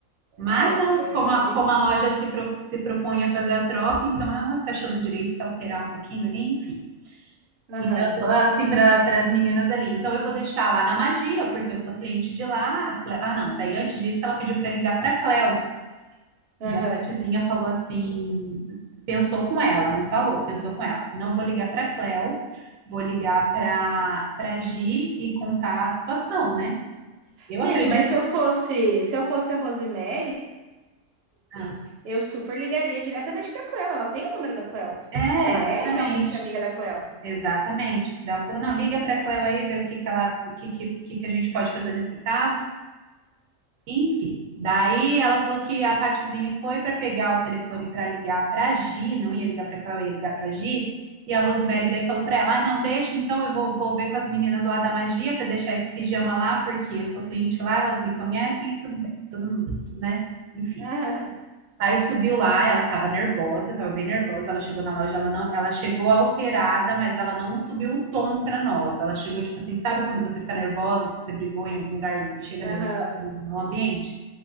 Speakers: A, on the right; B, on the right.
A: É,
B: Mas ela,
A: é,
B: como a,
A: a gente.
B: como a loja se, pro- se propõe a fazer a troca, então ela se achou no direito de se alterar um pouquinho ali, enfim.
A: Aham,
B: E daí ela falou assim para as meninas ali, então eu vou deixar lá na Magia, porque eu sou cliente de lá. a Cle- Ah, não, daí antes disso ela pediu para ligar para a Cleo.
A: aham.
B: E daí a Patizinha falou assim, pensou com ela, não falou, pensou com ela. Não vou ligar para a Cleo, vou ligar para para Gi e contar a situação, né? Eu
A: Gente,
B: acredito.
A: mas se eu fosse, se eu fosse a Rosemary,
B: Ah,
A: eu super ligaria diretamente pra Cleo. Ela tem o número da Cleo.
B: É,
A: Ela
B: exatamente.
A: é realmente amiga da Cleo.
B: Exatamente. Daí Ela falou: não, liga para a Cleo aí, vê o que que ela, o que que, o que que a gente pode fazer nesse caso. Enfim, daí ela falou que a Patizinha foi para pegar o telefone para ligar para a Gi, não ia ligar para a Cleo, ia ligar para a Gi. E a Rosemary daí falou para ela: ah, não, deixa, então eu vou, vou ver com as meninas lá da magia para deixar esse pijama lá, porque eu sou cliente lá, elas me conhecem e tudo bem, tudo, tudo, né? Enfim.
A: <laughs> Aham.
B: Aí subiu lá, ela tava nervosa, tava bem nervosa. Ela chegou na loja, ela não, ela chegou alterada, mas ela não subiu o tom pra nós. Ela chegou tipo assim, sabe quando você fica nervosa porque você brigou em algum lugar e chega
A: Aham.
B: nervosa no ambiente?